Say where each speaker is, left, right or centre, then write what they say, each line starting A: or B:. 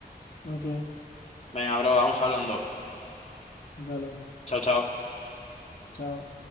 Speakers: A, on the left; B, on the left.
A: Ok,
B: Venga, bro, vamos hablando.
A: dale.
B: Chao, chao.
A: Chao.